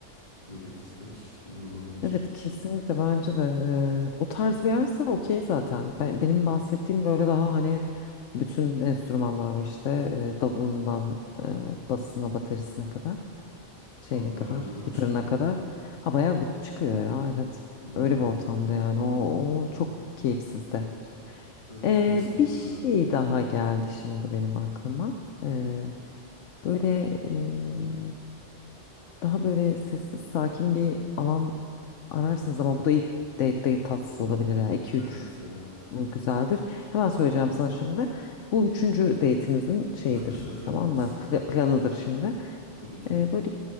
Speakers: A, on the left (about 35°); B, on the left (about 80°).
A: yere gitmek iyi olabilir.
B: Evet kesinlikle bence de eee, o tarz bir yerse okey zaten. Ben, benim bahsettiğim böyle daha hani bütün enstrümanlar var işte eee, davulundan eee, basına baterisine kadar şeyine
A: Ha bayağı
B: kadar
A: grup
B: gitarına
A: çıkıyor.
B: kadar. Ha bayağı grup çıkıyor ya evet
A: Hmm.
B: öyle bir ortamda yani o, o çok keyifsiz de.
A: Evet
B: Eee,
A: o keyifsiz olur
B: bir şey
A: ya.
B: daha geldi şimdi benim aklıma. Eee, böyle eee, daha böyle sessiz sakin bir alan Ararsınız ama bu da ilk date date tatsız olabilir ya. iki
A: Evet
B: üç
A: ya.
B: bu güzeldir. Hemen söyleyeceğim sana şimdi. Bu üçüncü date'inizin şeyidir
A: <laughs>
B: tamam mı? Pla- planıdır şimdi.
A: Tabii ki.
B: Ee, böyle